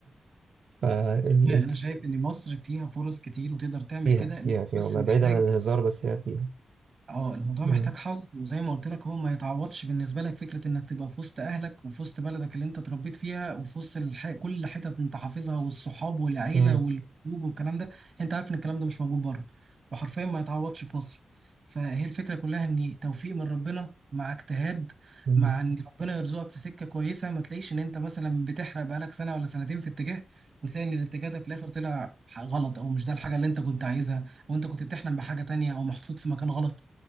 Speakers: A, on the right; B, on the right.
A: فال...
B: يعني
A: ال...
B: انا شايف ان مصر فيها فرص كتير وتقدر تعمل
A: فيها
B: كده إن
A: فيها
B: انت
A: فيها
B: بس
A: والله
B: محتاج
A: بعيدا عن الهزار بس هي فيها
B: اه الموضوع
A: مم.
B: محتاج حظ وزي ما قلت لك هو ما يتعوضش بالنسبه لك فكره انك تبقى في وسط اهلك وفي وسط بلدك اللي انت اتربيت فيها وفي وسط الح... كل حتت انت حافظها والصحاب والعيله
A: مم.
B: والخروج والكلام ده انت عارف ان الكلام ده مش موجود بره وحرفيا ما يتعوضش في مصر فهي الفكره كلها ان توفيق من ربنا مع اجتهاد
A: مم.
B: مع ان ربنا يرزقك في سكه كويسه ما تلاقيش ان انت مثلا بتحرق بقالك سنه ولا سنتين في اتجاه وتلاقي ان الاتجاه ده في الاخر طلع غلط او مش ده الحاجه اللي انت كنت عايزها وانت كنت بتحلم بحاجه تانية او محطوط في مكان غلط